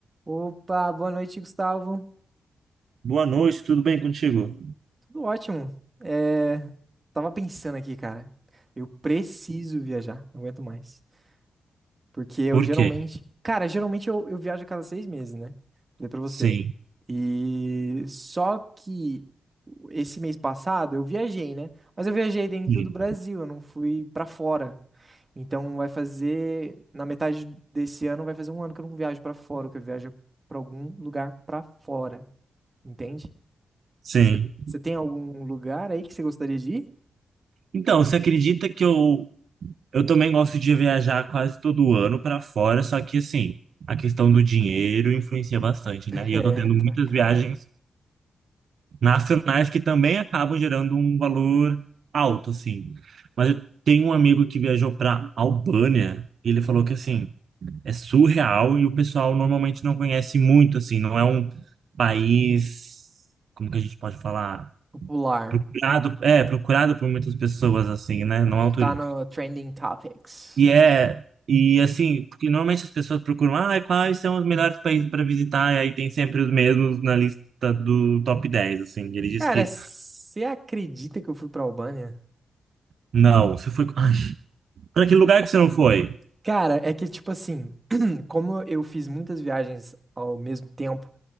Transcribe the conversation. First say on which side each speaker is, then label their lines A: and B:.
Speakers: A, on the right; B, on the right.
A: Opa, boa noite, Gustavo.
B: Boa noite, tudo bem contigo?
A: Tudo ótimo. É, tava pensando aqui, cara. Eu preciso viajar, não aguento mais. Porque eu
B: Por
A: geralmente.
B: quê?
A: Cara, geralmente eu, eu viajo a cada seis meses, né? Falei pra você.
B: Sim,
A: E só que esse mês passado eu viajei, né? Mas eu viajei dentro
B: sim,
A: do Brasil, eu não fui pra fora. Então vai fazer. Na metade desse ano vai fazer um ano que eu não viajo pra fora, que eu viajo pra algum lugar pra fora. Entende?
B: sim.
A: Você você tem algum lugar aí que você gostaria de ir?
B: Então, você acredita que eu, eu também gosto de viajar quase todo ano para fora, só que assim, a questão do dinheiro influencia bastante, né? E
A: É,
B: eu tô tendo
A: pra
B: muitas
A: cara
B: viagens nacionais que também acabam gerando um valor alto, assim. Mas eu tenho um amigo que viajou para Albânia, e ele falou que assim, é surreal e o pessoal normalmente não conhece muito, assim, não é um país, como que a gente pode falar?
A: popular.
B: procurado, é, procurado por muitas pessoas, assim, né? Não é um
A: Não
B: turismo.
A: tá no Trending Topics.
B: E é, e assim, porque normalmente as pessoas procuram, ah, quais são os melhores países para visitar, e aí tem sempre os mesmos na lista do top 10 assim. E ele disse
A: Cara,
B: que,
A: você acredita que eu fui pra Albânia?
B: não, você foi. Ai, para que lugar que você não foi?
A: Cara, é que tipo assim, <clears throat> como eu fiz muitas viagens ao mesmo tempo,